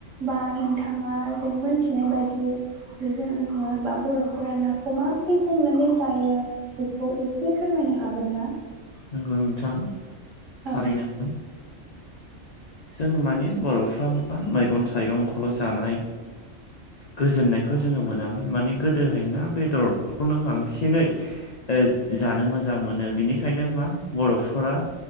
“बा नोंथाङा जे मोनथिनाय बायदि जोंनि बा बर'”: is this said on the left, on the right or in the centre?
Right